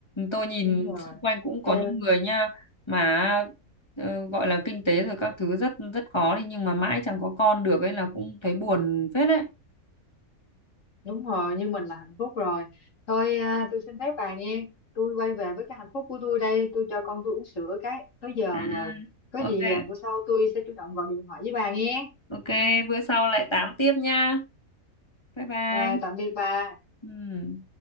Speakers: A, on the left; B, on the left.
A: tôi nhìn
B: đúng rồi
A: xung quanh cũng
B: Ờ,
A: có những người nha mà ờ, gọi là kinh tế rồi các thứ rất rất khó đi nhưng mà mãi chẳng có con được ấy là cũng thấy buồn phết đấy
B: Đúng rồi, nhưng mình là hạnh phúc rồi. Thôi à, tôi xin phép bà nghe. Tôi quay về với cái hạnh phúc của tôi đây. Tôi cho con tôi uống sữa cái tới giờ
A: à,
B: rồi. Có gì
A: ok
B: à, bữa sau tôi sẽ chủ động gọi điện thoại với bà nghe.
A: ok bữa sau lại tám tiếp nha bye bye
B: Rồi, tạm biệt bà.
A: ừ.